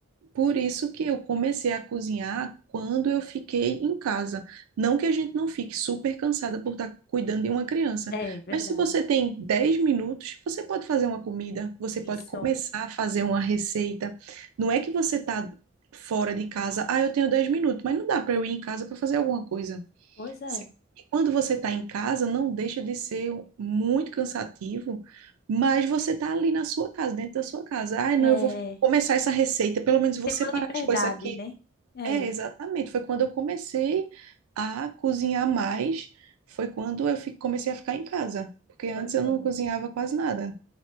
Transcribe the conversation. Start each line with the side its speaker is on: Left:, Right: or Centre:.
Right: por isso que eu comecei a cozinhar quando eu fiquei em casa. Não que a gente não fique super cansada por estar cuidando de uma criança,
Left: É verdade.
Right: mas se você tem 10 minutos, você pode fazer uma comida, você
Left: Isso,
Right: pode começar a fazer uma receita. Não é que você está fora de casa, ah, eu tenho 10 minutos, mas não dá para eu ir em casa para fazer alguma coisa.
Left: pois é.
Right: Se- E quando você está em casa, não deixa de ser um- muito cansativo, mas você está ali na sua casa, dentro da sua casa. Ah, não,
Left: É,
Right: eu vou começar essa receita, pelo menos vou
Left: tem
Right: separar
Left: uma liberdade,
Right: as coisas aqui.
Left: né? É,
Right: É, exatamente. Foi quando eu comecei a cozinhar mais, foi quando eu fi- comecei a ficar em casa, porque
Left: foi
Right: antes eu
Left: bom.
Right: não cozinhava quase nada.